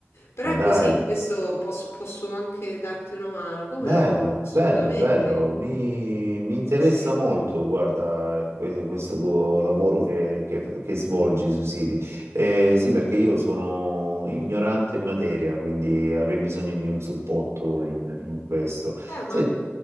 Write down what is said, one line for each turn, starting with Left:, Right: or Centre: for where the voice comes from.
Left: Però
Right: Ma
Left: è
Right: dai.
Left: così, questo posso, posso anche darti una mano, come
Right: Bello,
Left: no? Assolutamente.
Right: bello, bello, mi, mi interessa
Left: Sì, sì.
Right: molto, guarda, que- questo tuo lavoro che, che- che svolgi sui siti. Eh, sì, perché io sono ignorante in materia, quindi avrei bisogno di un supporto in, in questo.
Left: Eh, ma-
Right: Se-